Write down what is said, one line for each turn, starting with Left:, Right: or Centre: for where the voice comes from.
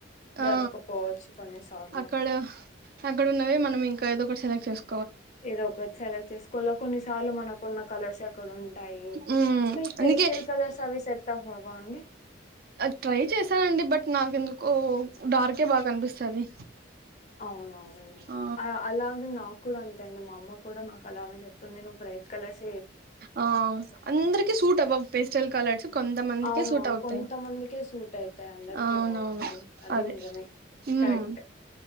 Left: దొరకపోవచ్చు
Right: ఆ
Left: కొన్నిసార్లు
Right: అక్కడ అక్కడ ఉన్నవే మనం ఇంకా ఏదో ఒకటి సెలెక్ట్ చేసుకో
Left: ఏదో ఒక సెలెక్ట్ చేసుకోవాల కొన్నిసార్లు మనకు కొన్న కలర్స్ ఎక్కడ ఉ ంటాయి
Right: ఉమ్
Left: మీ
Right: అందుకే
Left: పేస్టల్ కలర్స్ అవి సెట్ అవవా అండి
Right: అ ట్రై చేశానండి బట్ నాకెందుకో డార్కే బాగా కనిపిస్తది
Left: అవునవును అండి
Right: ఆ
Left: అలాగే నాకు కూడా అంతే అండి మా అమ్మ కూడా నా కలర్ అని చెప్తుంది నువ్వు బ్రైట్ కలర్స్
Right: ఆ అందరికి సూట్ అవ్వవు పెస్టల్ కలర్స్ కొంతమందికే
Left: అవునా
Right: సూట్ అవుతాయి
Left: కొంతమందికే సూట్ అయితాయి అందరికీ
Right: అవునవును
Left: అవవండి అది
Right: అదే
Left: నిజమే
Right: ఉమ్
Left: కరెక్ట్